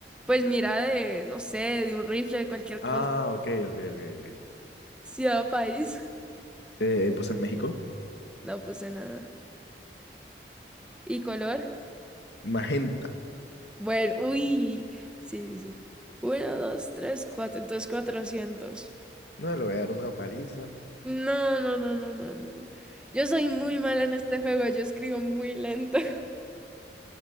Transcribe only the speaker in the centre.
pues mira de, no sé, de un rifle, de cualquier
cosa.
Ciudad o país,
no puse nada. ¿Y color?
Bueno, uy, sí, sí. sí. Uno, dos, tres, cuatro, entonces cuatrocientos.
No, no, no, no, no, no. Yo soy muy mala en este juego, yo escribo muy lento. <laughs>